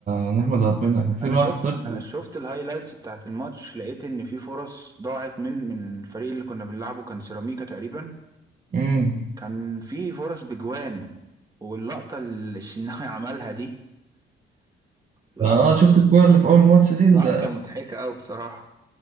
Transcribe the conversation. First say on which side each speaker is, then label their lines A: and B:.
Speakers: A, on the right; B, on the right.
A: آه، نحمد ربنا إحنا كسبنا
B: انا شفت
A: واحد صفر
B: انا شفت الهايلايتس بتاعت الماتش لقيت ان في فرص ضاعت من من الفريق اللي كنا بنلعبه كان سيراميكا تقريبا
A: أمم
B: كان في فرص بجوان واللقطة اللي الشناوي <laughs> عملها دي لقطة
A: آه شفت الكورة اللي في أول ماتش دي ال-
B: لقطة مضحكة أوي بصراحة